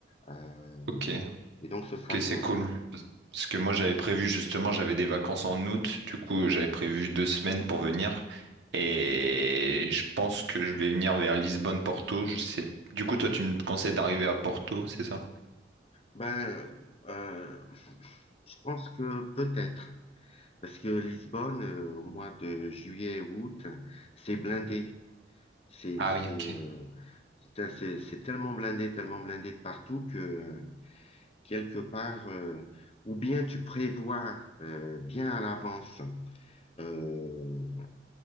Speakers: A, on the left; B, on the right.
A: euh,
B: Ok.
A: et donc ce sera
B: Ok,
A: bien.
B: c'est cool. Parce que moi, j'avais prévu justement, j'avais des vacances en août. Du coup, j'avais prévu deux semaines pour venir. Et je pense que je vais venir vers Lisbonne-Porto. Je sais. Du coup, toi, tu me conseilles d'arriver à Porto, c'est ça?
A: Ben, euh, je pense que peut-être, parce que Lisbonne, euh, au mois de juillet, août, c'est blindé. C'est
B: Ah oui,
A: c'est,
B: ok.
A: euh, putain, c'est- c'est tellement blindé, tellement blindé de partout que euh, quelque part, euh, ou bien tu prévois euh, bien à l'avance euh,